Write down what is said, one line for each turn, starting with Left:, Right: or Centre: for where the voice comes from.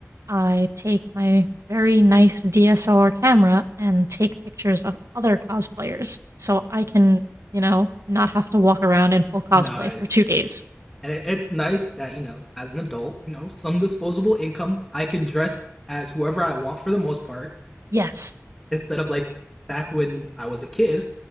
Right: I take my very nice DSLR camera and take pictures of other cosplayers so I can, you know, not have to walk around in full
Centre: <laughs>
Right: cosplay
Centre: nice.
Right: for two days.
Centre: And it, it's nice that, you know, as an adult, you know, some disposable income, I can dress as whoever I want for the most part
Right: Yes.
Centre: instead of like back when I was a kid,